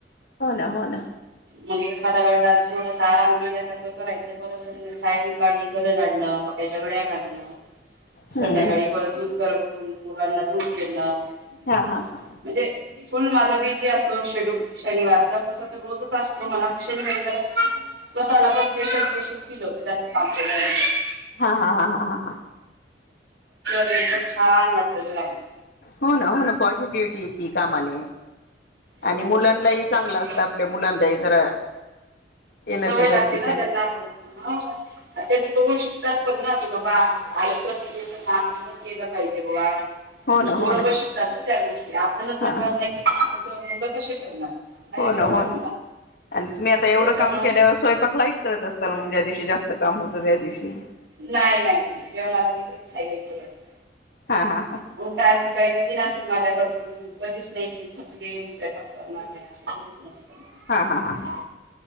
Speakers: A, on the left (about 60°); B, on the right (about 85°).
A: हो ना हो ना.
B: म्हणजे खदागडा थोडासा आराम केल्यासारखं करायचं परत सायंकाळी घरं झा आणणं पप्प्याच्या घड्या घालणं
A: हम्म
B: संध्याकाळी
A: हम्म
B: परत दूध गरम करून मुलांना दूध देण म्हणजे
A: हा हा हा
B: फुल माझा बीज बीजी असतो शेड्युल शनिवारचा तसा तर रोजच असतो म्हणा शनिवारी जरा स्वतःला बस स्पेशल स्पेशल फील होते जास्त काम केल्यानंतर.
A: हा हा हा हा हा हा.
B: म छान वाटत मुलाला <unintelligible>
A: हो ना हो ना पॉझिटिव्हटी येती कामाने.
B: हो
A: आणि मुलांनाही
B: बरोबर.
A: चांगलं असतं आपल्या मुलांनाही जरा एनर्जी
B: सवय लागते
A: भेटते
B: ना त्यांना पण हं त्यांनी बघून श तात पण ना क बाबा आई करतिए तर ना आपण पण केलं पाहिजे बाबा
A: हो
B: -
A: ना
B: पोरपण
A: हो ना
B: शिकतात ना त्या गोष्टी आपणच जर
A: हा हा
B: घर नाही स्वच्छ ठेवले तर मुले कसे ठेवणार. नाही
A: हो ना
B: ठेवणार
A: हो ना आणि तुम्ही आता एवढं
B: त्याच्यामुळं
A: काम केल्यावर स्वयंपाक लाईट करत असताल म्हग ज्या दिवशी. जास्त काम होतं त्या दिवशी- -
B: नाही नाही नाही जेव मला मी केलंट
A: हा हा हा
B: <unintelligible> काही नवीन असेल माझ्याकडकून कधीच नाही तुम्ही थकली मी स्वयंपाक करणार नाही असे कधीच नाही.
A: हा हा हा